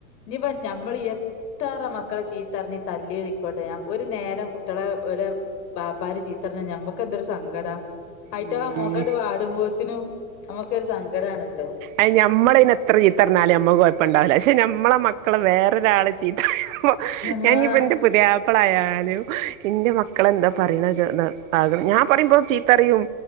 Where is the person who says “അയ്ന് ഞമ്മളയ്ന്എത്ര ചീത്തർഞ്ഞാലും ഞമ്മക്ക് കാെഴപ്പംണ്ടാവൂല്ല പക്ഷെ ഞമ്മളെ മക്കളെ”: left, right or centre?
Right